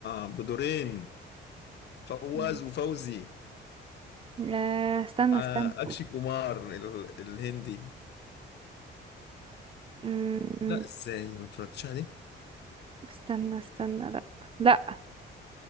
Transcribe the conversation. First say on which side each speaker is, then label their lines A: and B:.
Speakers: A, on the left; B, on the right.
A: بدورين فواز
B: مم.
A: وفوزي
B: لا استنى
A: آه،
B: استنى
A: أكشي كومار ال- الهندي
B: مم.
A: لا إزاي ما اتفرجتش عليه؟
B: استنى استنى لا لا